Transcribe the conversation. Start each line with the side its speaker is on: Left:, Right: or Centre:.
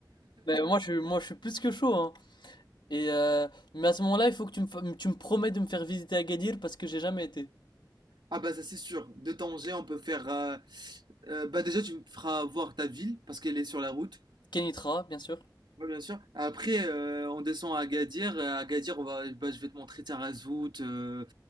Left: Ben, moi, je, suis- moi, je suis plus que chaud, hein. Et, euh, mais à ce moment-là, il faut que tu me, fa- tu me promets de me faire visiter Agadir parce que j'ai jamais été.
Right: Ah bah ça, c'est sûr, de Tanger, on peut faire... euh, euh, bah déjà, tu me feras voir ta ville, parce qu'elle est sur la route.
Left: Kenitra, bien sûr.
Right: Ouais, bien sûr. Après, euh, on descend à Agadir. Euh, À Agadir, on va, bah, je vais te montrer Tarazout, euh,